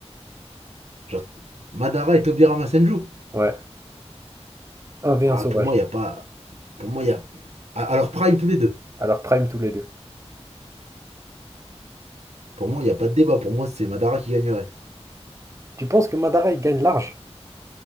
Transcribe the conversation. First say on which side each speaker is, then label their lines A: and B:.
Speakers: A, on the right (about 70°); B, on the right (about 25°).
A: Genre, Madara et Tobirama Senju.
B: Ouais, un v
A: Ah,
B: un sauvage.
A: pour moi, il n'y a pas. Pour moi, il y a. Ah, alors, Prime tous les deux.
B: Alors prime tous les deux.
A: Pour moi, il n'y a pas de débat. Pour moi, c'est Madara qui gagnerait.
B: Tu penses que Madara il gagne large?